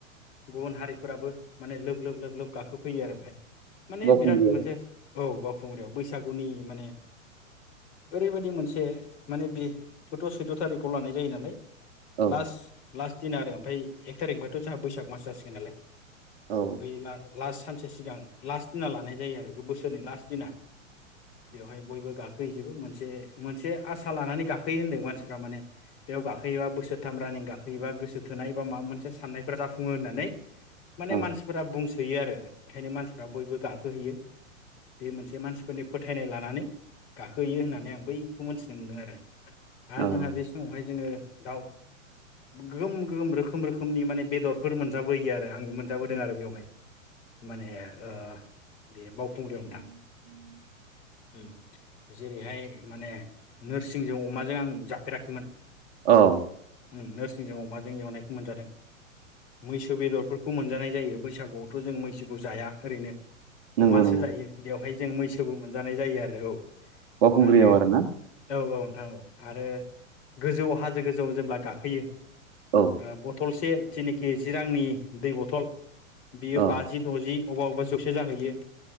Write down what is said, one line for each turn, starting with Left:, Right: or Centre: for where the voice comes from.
Left: गुबुन हारिफोराबो माने लोब लोब लोब लोब गाखोफैयो आरो बेहाय माने
Right: बावखुंग्रियाव
Left: बिराद मोनसेस औ बावखुंग्रियाव बैसागुनि माने ओरैबायदि मोनसे माने बे खौथ' सैद' थारिखआव लानाय जायो नालाय
Right: औ
Left: लास लास दिन आरो ओमफ्राय एक थारिख बथ' जोंहा बैसाग मास जासिगोन नालाय
Right: औ
Left: बेला लास्ट सानसे सिगां लास्ट दिना लानाय जायो आरो बेखौ बोसोर दोनै लास्ट दिना बेवहाय बयबो गाखो है जोबो मोनसे मोनसे आसा लानानै गाखोयो होनदों मानसिफोरा माने बेयाव गाखोयोबा बोसोर थाम रानिं गोसो थोनाय बा माबा मोनसे साननायफोरा जाफुङो होननानै माने
Right: औ
Left: मानसिफोरा बुंस थोयो आरो ओंखायनो मानसिफ्रा बयबो गाखोहैयो। बे मोनसे मानसिफोरनि फोथायनाय लानानै गाखोहोयो होननानै आं बैखौ मोन्थिनो मोनदों आरो। आरो
Right: औ
Left: जोंहा बे समावहाय जोङो। दाउ गोम गोम रोखोम रोखोमनि माने बेदरफोर मोनजाबोयो आरो आं मोनजाबोदों आरो बेवहाय माने ओ बे बाव फुंग्रियाव नोंथां उ जेरैहाय माने नोरसिंजों अमाजों आं जाफेराखैमोन। उम
Right: औ
Left: नोरसिंजों अमाजो। जों एवनायखौ मोनजादों मैसो बेदरफोरखौ मोनजानाय जायो बैसागुआवथ' जों मैसोखौ जाया ओरैनो।
Right: नंगौ
Left: अमासो
Right: नों
Left: जायो बेवहाय जों मैसोबो मोनजानाय जायो आरो। औ
Right: बावखुंग्रियाव
Left: आरो
Right: आरोना
Left: औ- औ-नोंथां औ। आरो गोजौआव हाजो गोजौआव जेब्ला गाखोयो।
Right: औ
Left: ओ बथलस। से जेनिखि जिरांनि दै बथल। बेयो
Right: औ
Left: बाजि दजि। अबा अबा जौसे जाहैयो।